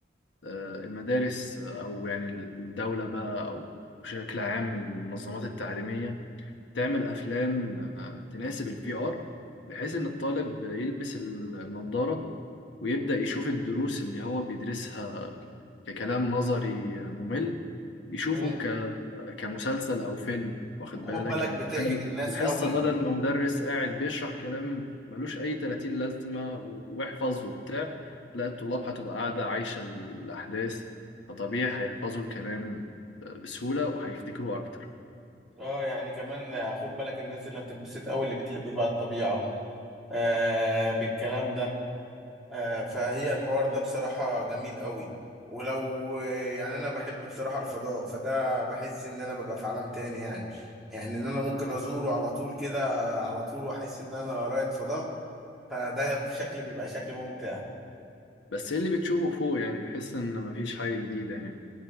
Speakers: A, on the left; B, in the centre.
A: آه، المدارس آه، أو يعني الدولة بقى أو بشكل عام المنظمات التعليمية تعمل افلام آه، تناسب الفي ار بحيث ان الطالب يلبس النظارة ويبدأ يشوف الدروس اللي هو بيدرسها ككلام نظري ممل يشوفه
B: مم.
A: ك... كمسلسل او فيلم واخد
B: وخد
A: بالك
B: بالك
A: يعني
B: بتعجب
A: تخيل
B: الناس
A: الحصة
B: قوي
A: بدل ما مدرس قاعد بيشرح كلام ملوش اي 30 لازمة و- واحفظ وبتاع لا الطلاب هتبقى قاعدة عايشة الاحداث فطبيعي هيحفظوا الكلام آه، بسهولة وهيفتكروه اكتر
B: اه يعني كمان خد بالك الناس اللي هتنبسط قوي اللي بتحب بقى الطبيعة آه بالكلام ده آه، فهي الحوار ده بصراحة جميل قوي ولو يعني أنا بحب بصراحة الفضاء فده بحس إن أنا ببقى في عالم تاني يعني يعني إن أنا ممكن أزوره على طول كده على طول وأحس إن أنا رائد فضاء فده في شكل بيبقى شكل ممتع
A: بس ايه اللي بتشوفه فوق يعني بحس ان مفيش حاجة جديدة يعني